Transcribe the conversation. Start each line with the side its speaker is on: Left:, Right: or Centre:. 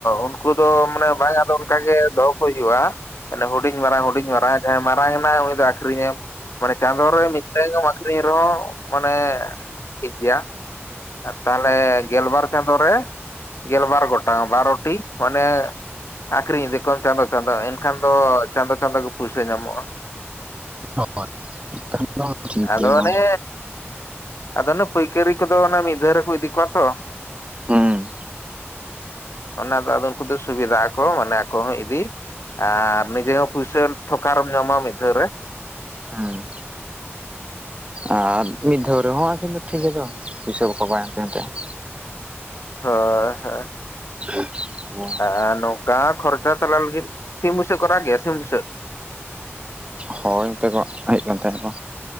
Left: ᱩᱱᱠᱩ ᱫᱚ ᱢᱟᱱᱮ ᱵᱟᱝ ᱟᱫᱚ ᱾ ᱚᱱᱠᱟᱜᱮ ᱫᱚᱦᱚ ᱠᱚ ᱦᱩᱭᱩᱜ-ᱟ ᱢᱮᱱᱮ ᱦᱩᱰᱤᱧ-ᱢᱟᱨᱟᱝ, ᱦᱩᱰᱤᱧ-ᱢᱟᱨᱟᱝ ᱡᱟᱦᱟᱸᱭ ᱢᱟᱨᱟᱝ ᱮᱱᱟᱭ ᱩᱱᱤ ᱫᱚ ᱟᱹᱠᱷᱨᱤᱧᱮᱢ ᱾ ᱢᱟᱱᱮ ᱪᱟᱸᱫᱚ ᱨᱮ ᱢᱤᱫᱴᱮᱱᱮᱢ ᱟᱹᱠᱷᱨᱤᱧᱮ ᱨᱮᱦᱚᱸ ᱢᱟᱱᱮ ᱴᱷᱤᱠ ᱜᱮᱭᱟ ᱾ ᱟᱨ ᱛᱟᱦᱚᱞᱮ ᱜᱮᱞᱵᱟᱨ ᱪᱟᱸᱫᱚ ᱨᱮ ᱜᱮᱞᱵᱟᱨ ᱜᱚᱴᱟᱝ ᱵᱟᱨᱚᱴᱤ ᱢᱟᱱᱮ ᱟᱠᱷᱨᱤᱧ ᱤᱫᱤ ᱠᱚᱣᱟᱢ ᱪᱟᱸᱫᱚ, ᱪᱟᱸᱫᱚ ᱮᱱᱠᱷᱟᱱ ᱫᱚ ᱪᱟᱸᱫᱚ, ᱪᱟᱸᱫᱚ ᱜᱮ ᱯᱩᱭᱥᱟᱹ ᱧᱟᱢᱚᱜ-ᱟ ᱾
Right: <inaudible> <inaudible> ᱴᱷᱤᱠ
Left: ᱟᱫᱚ
Right: ᱜᱮᱭᱟ ᱚᱱᱟ
Left: ᱚᱱᱮ
Right: ᱦᱚᱸ
Left: ᱟᱫᱚ ᱚᱱᱟ ᱯᱟᱹᱭᱠᱷᱟᱹᱨᱤ ᱠᱚᱫᱚ ᱚᱱᱮ ᱢᱤᱫ ᱫᱷᱟᱣ ᱨᱮᱠᱚ ᱤᱫᱤ ᱠᱚᱣᱟ ᱛᱚ,
Right: ᱦᱩᱸ
Left: ᱚᱱᱟ ᱫᱚ ᱟᱫᱚ ᱩᱱᱠᱩ ᱫᱚ ᱥᱩᱵᱤᱫᱟ ᱟᱠᱚ ᱢᱟᱱᱮ ᱟᱠᱚ ᱦᱚᱸ ᱤᱫᱤ ᱟᱨ ᱱᱤᱡᱮ ᱦᱚᱸ ᱦᱩᱭᱥᱟᱹ ᱛᱷᱚᱠᱟᱨᱮᱢ ᱧᱟᱢᱟ ᱢᱤᱫ ᱫᱷᱟᱣ ᱨᱮ
Right: ᱦᱢ ᱟᱨ ᱢᱤᱫ ᱫᱷᱟᱣ ᱨᱮᱦᱚᱸ ᱠᱤᱱᱛᱩ ᱴᱷᱤᱠ ᱜᱮᱫᱚ ᱯᱩᱭᱥᱟᱹ ᱵᱟᱠᱚ ᱵᱟᱭ ᱦᱟᱱᱛᱮ ᱱᱟᱛᱮᱼᱟ ᱾
Left: ᱦᱳᱭ ᱦᱳᱭ
Right: <inaudible> ᱦᱢ ᱾
Left: ᱟᱨ ᱱᱚᱝᱠᱟ ᱠᱷᱚᱨᱪᱟ ᱛᱟᱞᱟ ᱞᱟᱹᱜᱤᱫ ᱥᱤᱢ ᱵᱩᱥᱟᱹᱜ ᱠᱚ ᱨᱟᱜ ᱜᱮᱭᱟ ᱥᱤᱢ ᱵᱩᱥᱟᱹᱜ
Right: ᱦᱳᱭ ᱚᱱᱛᱮ ᱠᱚ ᱦᱮᱡ ᱟᱠᱟᱱ ᱛᱟᱦᱮᱸᱠᱚ